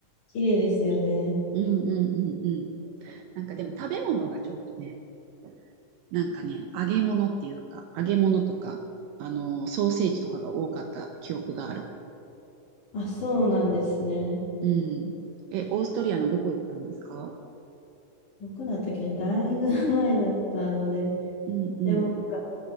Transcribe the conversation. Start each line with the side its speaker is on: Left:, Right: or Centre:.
Left: 綺麗ですよね。
Right: うんうんうんうん。なんかでも食べ物がちょっとね、なんかね、揚げ物っていうか、揚げ物とか、あの、ソーセージとかが多かった記憶がある。
Left: あ、そうなんですね。
Right: うん。え、オーストリアのどこ行ったんですか
Left: どこだったっけねだいぶ <laughs> 前だったので。
Right: うんうん。
Left: でもなんか、